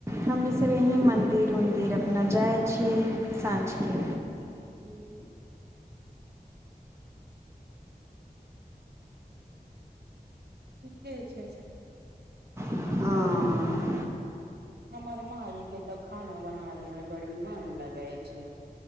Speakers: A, on the right (about 15°); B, on the right (about 80°).
A: हमनी सब यही मन्दिर उन्दिर न जाइ छी। साँझके
B: <unintelligible> ठीके छै सखी
A: <unintelligible>
B: हमर मार केँ तऽ खाना बनाबे मे बड़ी मन लगे छै।